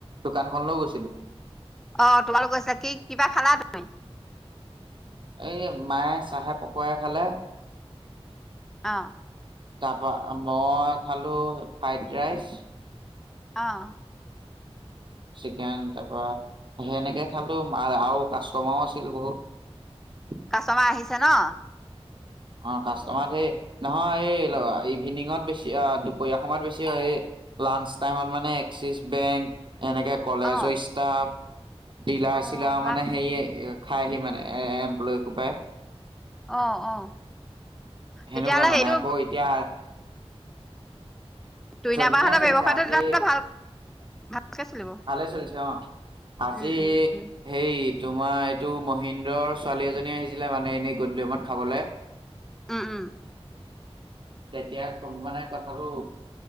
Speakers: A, on the right (about 50°); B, in the centre.
A: দোকানখন লৈ গৈছিলো।
B: অ' তোমালোক গৈছা কি কিবা খালা তুমি।
A: এই মায়ে চাহে পকোৱাই খালে।
B: অহ।
A: তাৰপা মই খালোঁ ফ্ৰাইড ৰাইচ।
B: আহ।
A: চিকেন, তাৰপৰা। সেনেকে খালো আৰু কাষ্টমাৰও আছিল বহুত।
B: কাছমা আহিছে ন'।
A: অ' কাষ্টমাৰ সেই নহয় এই ইভিনিঙত বেছি এ দুপৰীয়া সময়ত বেছি হয় এ লাঞ্চ টাইমত মানে এক্সিছ বেংক এনেকে কলেজৰ
B: অ',
A: ষ্টাফ ডিলাৰ
B: অ',
A: চিলাৰ
B: ভাল
A: মানে
B: হৈছে
A: হেয় খাই আহি মানে এ এমপ্লয় সোপাই
B: অ', অ'।
A: সেনেকুৱা
B: তেতিয়াহ'লে
A: মানে
B: সেইটো
A: আকৌ এতিয়া
B: তুইনা
A: চ ধুনীয়া
B: বাহঁতৰ ব্যৱসায়টো
A: আজি
B: তেতিয়াহ'লে ভাল ভালকে চলিব।
A: ভালে চলিছে অ' আজি
B: উম, উম, উম,
A: হেই তোমাৰ এইটো মহিন্দ্ৰৰ ছোৱালী এজনী আহিছিলে মানে এনেই গধূলি সমইত খাবলৈ।
B: উম উম।
A: তেতিয়া মানে কথাটো